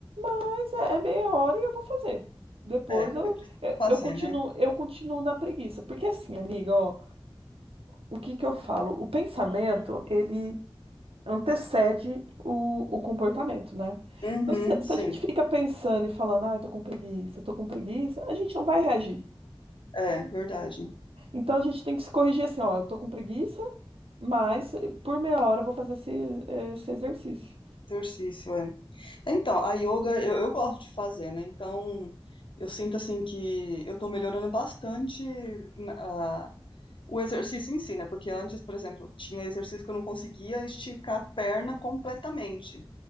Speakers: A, on the right; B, on the left.
A: mas é, é meia hora e eu vou fazer. Depois
B: É,
A: eu,
B: eu preciso
A: eu,
B: fazer,
A: eu continuo,
B: né?
A: eu continuo na preguiça. Porque assim, amiga, ó, o que que eu falo? O pensamento, ele antecede o, o comportamento, né?
B: Uhum,
A: Então, se, se
B: sim,
A: a gente fica pensando e falando, ai, tô com preguiça, tô com preguiça, a gente não vai reagir.
B: é verdade.
A: Então, a gente tem que se corrigir assim, ó, eu tô com preguiça, mas eh, por meia hora eu vou fazer esse, esse exercício.
B: Exercício, é. Então, a yoga eu, eu gosto de fazer, né? Então, eu sinto assim que eu tô melhorando bastante na- a- o exercício em si, né? Porque antes, por exemplo, tinha exercício que eu não conseguia esticar a perna completamente.